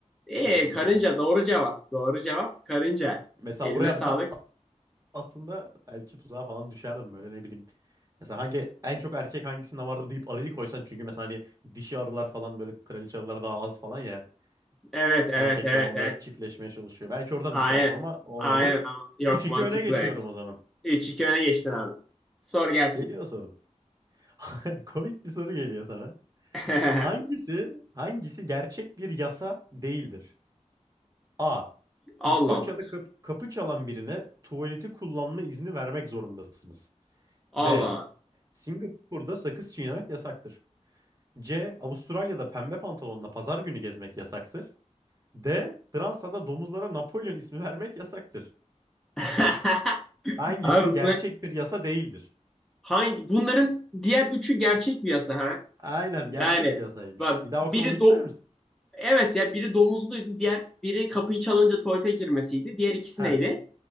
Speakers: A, in the centre; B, on the right.
A: Ee
B: Hı hı,
A: karınca
B: Yok.
A: doğru cevap. Doğru cevap karınca.
B: Mesela
A: Eline
B: buraya
A: sağlık.
B: mesela aslında belki tuzağa falan düşerdim böyle ne bileyim. Mesela hangi en çok erkek hangisinde vardı deyip arıyı koysan çünkü mesela hani dişi arılar falan böyle kraliçe arılar daha az falan ya.
A: Evet evet
B: Erkekler
A: evet
B: onunla
A: evet.
B: çiftleşmeye çalışıyor. Belki oradan
A: Aynen.
B: düşerdim ama olmadı.
A: Aynen ama yok
B: Üç iki
A: mantıklı
B: öne geçiyorum
A: evet.
B: o zaman.
A: 3-2 öne geçtin abi. Sor gelsin.
B: Geliyor sorun. <laughs> Komik bir soru geliyor sana.
A: <laughs>
B: Hangisi hangisi gerçek bir yasa değildir? A.
A: Allah
B: İskoçya'da
A: Allah.
B: kapı, kapı çalan birine tuvaleti kullanma izni vermek zorundasınız.
A: Allah
B: B.
A: Allah.
B: Singapur'da sakız çiğnemek yasaktır. C. Avustralya'da pembe pantolonla pazar günü gezmek yasaktır. D. Fransa'da domuzlara Napolyon ismi vermek yasaktır.
A: <laughs>
B: Hangisi
A: Abi
B: gerçek
A: bunlar
B: bir yasa değildir?
A: hangi bunların diğer üçü gerçek bir yasa ha?
B: Aynen
A: Yani
B: gerçek bir yasaymış.
A: bak
B: Bir daha okumamı
A: biri
B: ister
A: do
B: misin?
A: evet ya biri domuzluydu diğer biri kapıyı çalınca tuvalete girmesiydi. Diğer ikisi
B: Heh
A: neydi?